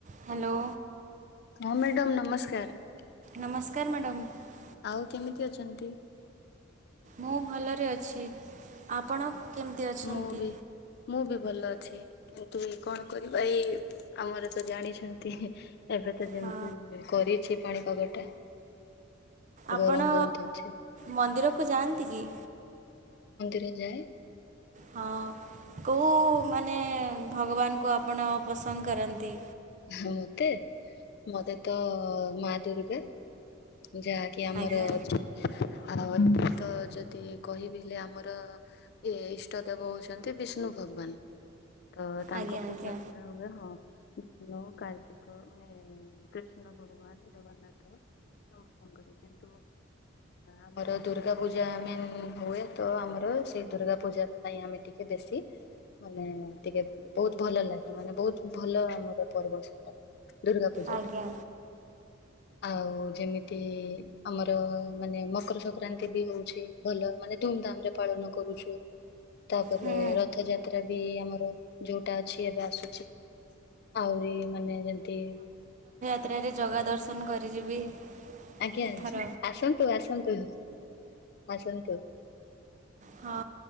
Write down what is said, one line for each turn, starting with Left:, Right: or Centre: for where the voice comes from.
Right: Hello.
Left: ହଁ madam ନମସ୍କାର।
Right: ନମସ୍କାର ମ୍ୟାଡ଼ାମ୍।
Left: ଆଉ କେମିତି ଅଛନ୍ତି?
Right: ମୁଁ ଭଲରେ ଅଛି ଆପଣ? କେମିତି ଅଛନ୍ତି?
Left: ମୁଁ ବି ମୁଁ ବି ଭଲ ଅଛି କିନ୍ତୁ ଏଇ କଣ କରିବା ଏଇ ଆମର ତ ଜାଣିଛନ୍ତି ଏବେ ତ ଯେମିତି
Right: ହଁ
Left: କରିଛି ପାଣି କବର ଟା
Right: ଆପଣ
Left: ଗରମ ବହୁତ ହଉଛି
Right: ମନ୍ଦିରକୁ ଯାଆନ୍ତି କି?
Left: ଯ ଯାଏ।
Right: ହଁ କୋଉ ମାନେ ଭଗବାନଙ୍କୁ ଆପଣ ପସନ୍ଦ କରନ୍ତି?
Left: ହଁ ମତେ ମତେ ତ ମା ଦୁର୍ଗା। ଯାହାକି ଆମର
Right: ଆଜ୍ଞା
Left: ଅଛି। ଆଉ ତ ଯଦି କହିବିଲେ ଆମର ଇଏ ଇଷ୍ଟ ଦେବ ହଉଛନ୍ତି ବିଷ୍ଣୁ ଭଗବାନ। ତ ତାଙ୍କ
Right: ଆଜ୍ଞା
Left: ପୂଜା
Right: ଆଜ୍ଞା
Left: ପୁରା ହୁଏ ହଁ। ବିଷ୍ଣୁ କାର୍ତ୍ତିକ ମାନେ କୃଷ୍ଣ ଭଗବାନ ଜଗନ୍ନାଥ ସମସ୍ତଙ୍କର କିନ୍ତୁ ଆମର ଦୁର୍ଗା ପୂଜା ମେନ୍ ହୁଏ ତ ଆମର ସେଇ ଦୁର୍ଗା ପୂଜା ପାଇଁ ଆମେ ଟିକେ ବେଶୀ ମାନେ ଟିକେ ବହୁତ ଭଲ ଲାଗେ ମାନେ ବହୁତ ଭଲ ଆମ <unintelligible> ଦୁର୍ଗା ପୂଜାଠ
Right: ଆଜ୍ଞା
Left: ଆଉ ଯେମିତି ଆମର ମାନେ ମକର ସଂକ୍ରାନ୍ତି ବି ହଉଛି ଭଲ ମାନେ ଧୁମ ଧାମ ରେ ପାଳନ କରୁଛୁ। ତାପରେ
Right: ହୁଁ।
Left: ରଥଯାତ୍ରା। ଟା ବି ଆମର ଯୋଉଟା ଅଛି ଏବେ ଆସୁଛି ଆହୁରି ମାନେ ଯେମତି
Right: ଯାତ୍ରାରେ ଜଗା ଦର୍ଶନ କରିଯିବି।
Left: ଆଜ୍ଞା
Right: ଏଥର।
Left: ଆସନ୍ତୁ ଆସନ୍ତୁ ଆସନ୍ତୁ
Right: ହଁ